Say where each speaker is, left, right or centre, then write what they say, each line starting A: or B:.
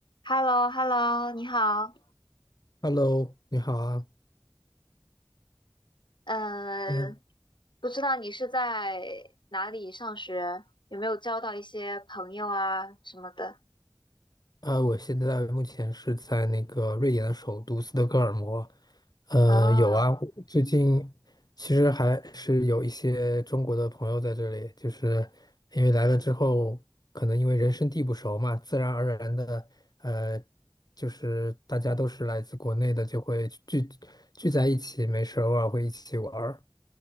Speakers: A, on the left; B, on the left.
A: h e l l o h e l l o 你好。
B: Hello，你好啊，
A: 嗯，
B: 嗯，
A: 不知道你是在哪里上学，有没有交到一些朋友啊什么的？
B: 呃，我现在目前是在那个瑞典的首都斯德哥尔摩。呃，
A: 啊
B: 有啊，我最近其实还是有一些中国的朋友在这里，就是因为来了之后，可能因为人生地不熟嘛，自然而然的，呃，就是大家都是来自国内的，就会聚聚在一起，没事偶尔会一起玩儿。